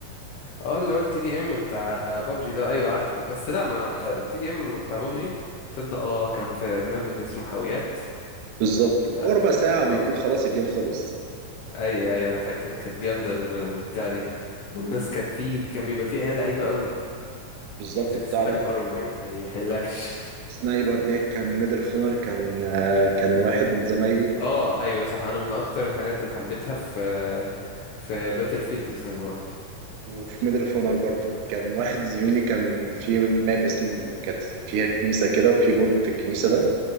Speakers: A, on the left; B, on the right.
A: اه اللي هو التي دي ام بتاع ببجي ده ايوه عارفه بس لا ما التي دي ام بتاع ببجي تصدق اه كان في ماب اللي اسمه حاويات
B: بالظبط
A: لا
B: هو ربع ساعة
A: حو...
B: بيكون خلاص الجيم خلص
A: اي اي انا فاكر كانت جامده الم- البتاع دي والناس كانت فيه كان بيبقى فيه عيال لعيبه قوي
B: بالظبط
A: يمسك
B: بتعرف
A: سنايبر وما ي- ما يحلكش
B: سنايبر دي كان ميدل اوف اونر كان آه كان واحد
A: <laughs>
B: من زمايلي
A: اه ايوه صح انا من اكتر الحاجات اللي حبيتها في في باتل فيلد السنايبرات
B: وفي ميدل اوف اونر برضه كان واحد زميلي كان في ماب اسم كانت فيها كنيسة كده وفي برج في الكنيسة ده